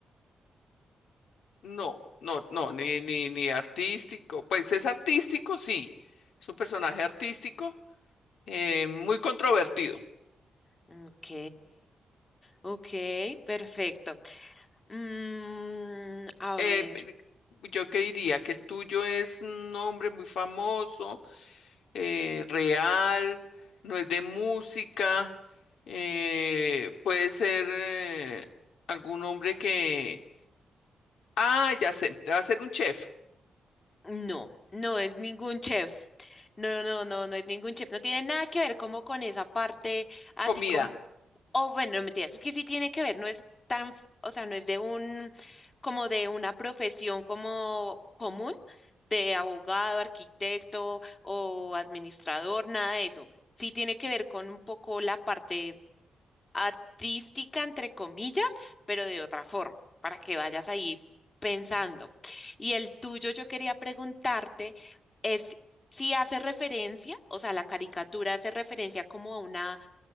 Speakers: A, on the left (about 85°); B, on the left (about 30°).
A: No, no, no, ni, ni, ni artístico. Pues es artístico, sí. Es un personaje artístico, eh, muy controvertido.
B: Ok, ok, perfecto. Mm, a
A: Eh,
B: ver.
A: pe- yo que diría que el tuyo es un hombre muy famoso eh, real, no es de música, eh, puede ser eh, algún hombre que... Ah, ya sé, va a ser un chef,
B: No, no es ningún chef. No, no, no, no es ningún chef. No tiene nada que ver como con esa parte, así
A: comida.
B: como, oh, bueno, no mentiras, es que sí tiene que ver, no es tan, f- o sea, no es de un, como de una profesión como común, de abogado, arquitecto o administrador, nada de eso. Sí tiene que ver con un poco la parte artística, entre comillas, pero de otra forma, para que vayas ahí pensando. Y el tuyo, yo quería preguntarte, es si hace referencia, o sea, la caricatura hace referencia como a una,